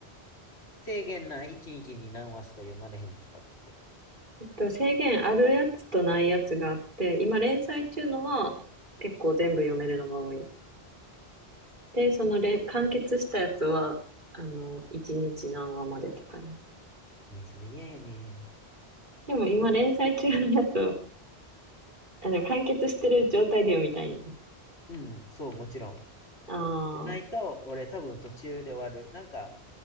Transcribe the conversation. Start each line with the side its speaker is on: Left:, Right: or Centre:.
Left: 制限ない1日にちに何話しか読まれへんとかって。
Right: えっと、制限あるやつとないやつがあって、今連載中のは結構全部読めるのが多い。で、その連、完結したやつは、あの、1日何話までとかやな。
Left: ね、それ嫌やね。
Right: でも今連載中のやつを、あの、完結してる状態で読みたいんよね
Left: うん、そう、もちろん。
Right: ああ、
Left: じゃないと、俺多分途中で終わる。なんか、